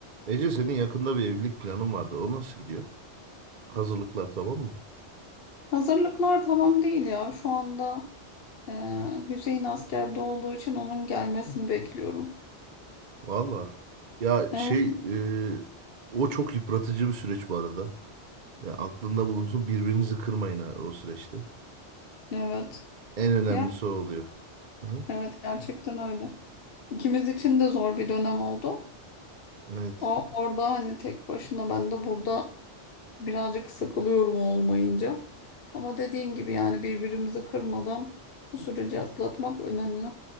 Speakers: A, on the right; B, on the left.
A: Ece senin yakında bir evlilik planın vardı. O nasıl gidiyor? Hazırlıklar tamam mı?
B: Hazırlıklar tamam değil ya. Şu anda e, Hüseyin askerde olduğu için onun gelmesini bekliyorum.
A: Valla. Ya
B: Evet.
A: şey e, o çok yıpratıcı bir süreç bu arada. Ya aklında bulunsun birbirinizi kırmayın ha o süreçte.
B: Evet.
A: En önemlisi
B: Ya,
A: o oluyor. Hı?
B: evet gerçekten öyle. İkimiz için de zor bir dönem oldu.
A: Evet.
B: O orada hani tek başına ben de burada birazcık sıkılıyorum olmayınca. Ama dediğin gibi yani birbirimizi kırmadan bu süreci atlatmak önemli.